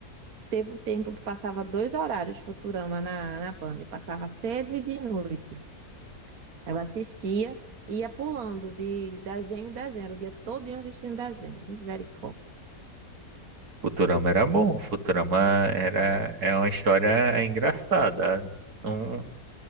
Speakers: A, on the right (about 70°); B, on the right (about 80°).
A: Teve um tempo que passava dois horários Futurama na, na Band, passava cedo e de noite. Aí Eu assistia e ia pulando de desenho em desenho, era o dia todinho assistindo desenho, misericórdia.
B: Futurama era bom, Futurama era é uma história engraçada. Um,